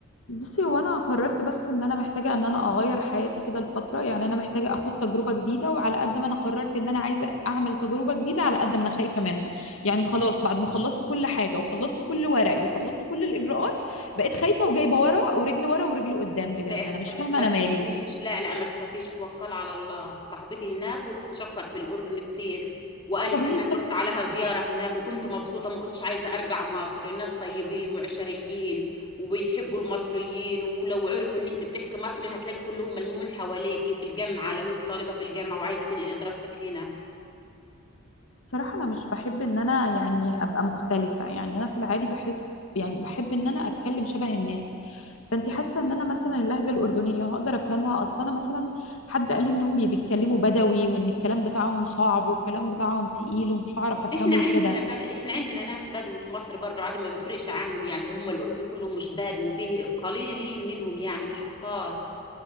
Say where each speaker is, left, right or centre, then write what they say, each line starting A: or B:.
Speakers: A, on the left; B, on the left.
A: بصي هو انا قررت بس ان انا محتاجه ان انا اغير حياتي كده الفتره يعني انا محتاجه اخد تجربه جديده وعلى قد ما انا قررت ان انا عايزه اعمل تجربه جديده على قد ما انا خايفه منها يعني خلاص بعد ما خلصت كل حاجه وخلصت كل ورقي وخلصت كل الاجراءات بقيت خايفه وجايبه ورا ورجل ورا ورجل قدام بجد
B: لا يا
A: انا مش
B: حبيبتي
A: فاهمه
B: ما
A: انا
B: تخافيش
A: مالي
B: لا لا ما تخافيش توكل على الله صاحبتي هناك وبتشكر في الأردن كتير وأنا
A: طب
B: كمان
A: هي كان
B: رحت عليها زيارة هناك وكنت مبسوطة ما كنتش عايزة أرجع مصر الناس طيبين وعشريين وبيحبوا المصريين ولو عرفوا إن أنت بتحكي مصري هتلاقي كلهم ملمومين حواليكي في الجامعة لو أنت طالبة في الجامعة وعايزة تنقلي دراستك هنا
A: بس بصراحة أنا مش بحب إن أنا يعني أبقى مختلفة يعني أنا في العادي بحس يعني بحب إن أنا أتكلم شبه الناس فأنت حاسة إن أنا مثلا اللهجة الأردنية هقدر أفهمها أصلا أنا مثلا حد قال لي إنهم بي- بيتكلموا بدوي وإن الكلام بتاعهم صعب والكلام بتاعهم تقيل ومش هعرف أفهمه
B: إحنا عندنا
A: وكده
B: بدأ إحنا عندنا ناس بدو في مصر برضه عادي ما بيفرقش عنهم يعني هم الأردن كلهم مش بدو وفيه قليلين منهم يعني مش كتار